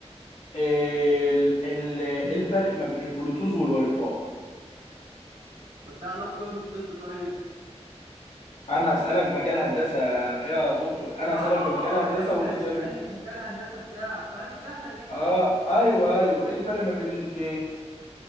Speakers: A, on the left; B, on the right.
A: ال ال ايه الفرق ما بين البلوتوث والواي فاي
B: طب ده علاقته ايه بالطب طيب
A: انا هسالك مجال هندسه يا دكتور انا هسالك
B: اه
A: بمجال هندسه
B: يعني انت
A: وانت
B: هتسألني
A: تسالني
B: في مجال هندسة بتاعك طيب سهلة دي
A: اه ايوه ايوه ايه الفرق ما بين ال